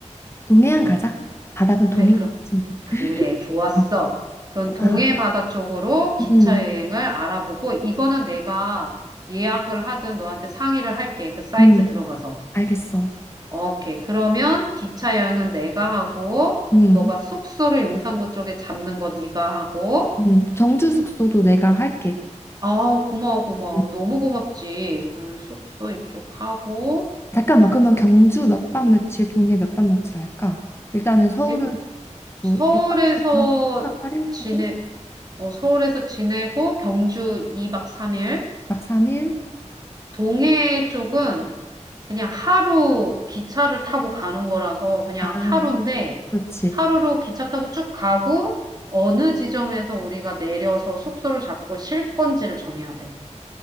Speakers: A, on the left; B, on the right.
A: 동해안 가자. 바다든 동해안이지
B: 그래, 그럼
A: 뭐.
B: 그래. 좋았어.
A: 아,
B: 그럼 동해
A: 와.
B: 바다 쪽으로 기차
A: 음,
B: 여행을 알아보고 이거는 내가 예약을 하든 너한테 상의를 할게. 그 사이트
A: 음,
B: 들어가서.
A: 알겠어.
B: 오케이. 그러면 기차 여행은 내가 하고,
A: 음,
B: 너가 숙소를 용산구 쪽에 잡는 거 네가 하고,
A: 음. 경주 숙소도 내가 할게.
B: 아, 고마워, 고마워.
A: 음.
B: 너무 고맙지. 음, 숙소 이쪽 하고,
A: 잠깐만, 그러면 경주 몇 박 며칠, 동해 몇 박 며칠 할까? 일단은 서울은
B: 일-
A: 뭐
B: 서울에서
A: 6박 7일 하고, 칠박 8일
B: 지내,
A: 하고,
B: 어, 서울에서 지내고, 경주 2박 3일.
A: 막 3일?
B: 동해 쪽은 그냥 하루 기차를 타고 가는 거라서 그냥
A: 아,
B: 하루인데
A: 그렇지.
B: 하루로 기차 타고 쭉 가고 어느 지점에서 우리가 내려서 숙소를 잡고 쉴 건지를 정해야 돼.